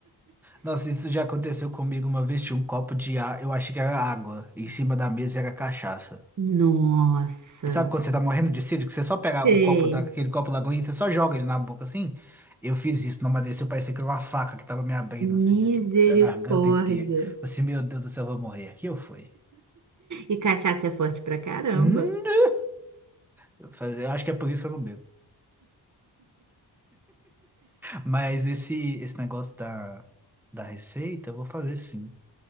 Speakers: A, in the centre; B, on the right.
A: Nossa, isso já aconteceu comigo uma vez. Tinha um copo de ar, eu achei que era água. Em cima da mesa era cachaça.
B: Nossa,
A: E sabe quando você tá morrendo de sede, que você só pega
B: sei.
A: o copo da, aquele copo lagoinha e você só joga ele na boca assim? Eu fiz isso, não desceu, parecia que era uma faca que tava me abrindo assim,
B: Misericórdia.
A: de- da garganta inteira. Eu Assim, meu Deus do céu, eu vou morrer. Aqui eu fui.
B: E cachaça é forte pra caramba.
A: Hum? Eu falei, eu acho que é por isso que eu não bebo. Mas esse, esse negócio da, da receita, eu vou fazer sim.